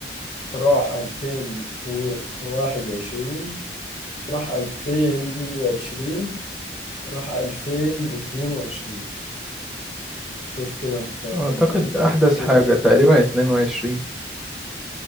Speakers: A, on the left (about 35°); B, in the centre.
A: راح 2021 راح 2020 راح 2022 شوف كده انت ايه
B: أعتقد
A: بقى دنيتك
B: أحدث
A: كده
B: حاجة تقريبا 22